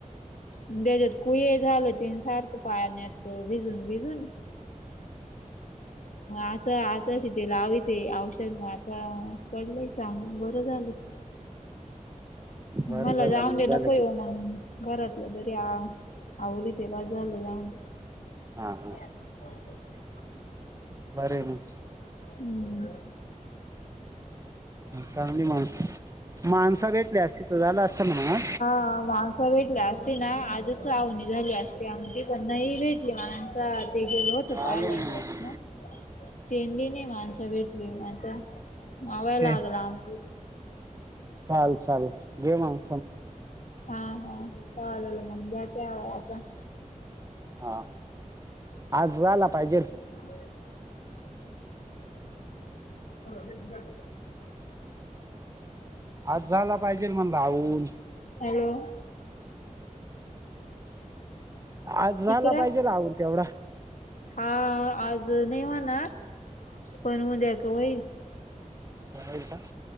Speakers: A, on the left; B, on the right.
A: ग त्याच्यात कुय झालं त सारखं पाण्यात भिजून भिजून <inaudible> आता आता शी ते लावीते औषध ना आता पडलंय का बरं झालं की.
B: बरं
A: मला
B: झालं
A: जाऊडे
B: मग
A: नको
B: झालं
A: येवु
B: का
A: मग घरातलं तरी आलं, आवरीते बास झालं जा
B: हा हा
A: ह हो <inaudible>
B: अरे मग
A: हम्म
B: चागली माणसंत, माणसा भेटले अस तिथं झालं असत ना,
A: ह माणसा भेटल्या असती ना आजच आवणी झाली असती आमची पणना नाही भेटली माणसं. आता ते गेल होत पाहायला
B: आलो
A: इकडेत
B: मग
A: ना <inaudible> तेंडी नाही माणस भेटली माणस मावायला
B: ते
A: लागला आम्हाला <inaudible>
B: चाल चाल घे मग
A: हा हा चालेल मग त्या <unintelligible>
B: हा आज झाला पाहिजे.
A: ह <inaudible> ने दिाला <inaudible>
B: आज झाला पाहिजे म्हणलं आउ
A: हॅलो.
B: आज
A: तिकडं
B: झाला पाहिजे ना <unintelligible> तेवढा
A: हा आज नाही होनार पण उद्या तर होईल.
B: ह का <inaudible>